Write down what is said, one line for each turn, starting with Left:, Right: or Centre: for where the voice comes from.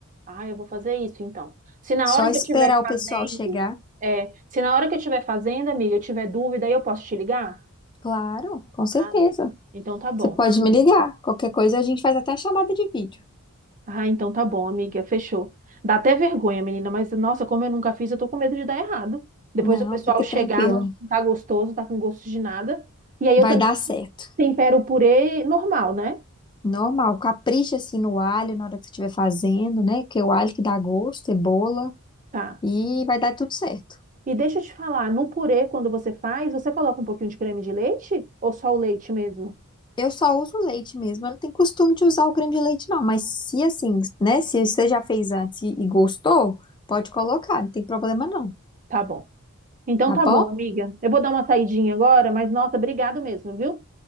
Right: Ah, eu vou fazer isso então. Se na
Left: Só
Right: hora
Left: esperar
Right: que eu estiver
Left: o
Right: fazendo,
Left: pessoal chegar.
Right: é, se na hora que eu estiver fazendo, amiga, eu tiver dúvida, aí eu posso te ligar?
Left: Claro, com certeza.
Right: Ah, então tá bom.
Left: Você pode me ligar. Qualquer coisa a gente faz até a chamada de vídeo.
Right: Ah, então tá bom, amiga, fechou. Dá até vergonha, menina, mas nossa, como eu nunca fiz, eu tô com medo de dar errado. Depois
Left: Não,
Right: o pessoal
Left: fica
Right: chegar,
Left: tranquila.
Right: não tá gostoso, tá com gosto de nada. E aí eu
Left: Vai
Right: também
Left: dar certo.
Right: tempero o purê normal, né?
Left: Normal. Capricha assim no alho na hora que você estiver fazendo, né? Que é o alho que dá gosto, cebola.
Right: Tá.
Left: E vai dar tudo certo.
Right: E deixa eu te falar, no purê, quando você faz, você coloca um pouquinho de creme de leite ou só o leite mesmo?
Left: Eu só uso leite mesmo. Eu não tenho costume de usar o creme de leite, não. Mas se assim, né? Se você já fez antes e e gostou, pode colocar. Não tem problema, não.
Right: Tá bom. Então
Left: Tá
Right: tá
Left: bom?
Right: bom, amiga. Eu vou dar uma saidinha agora, mas nossa, obrigado mesmo, viu?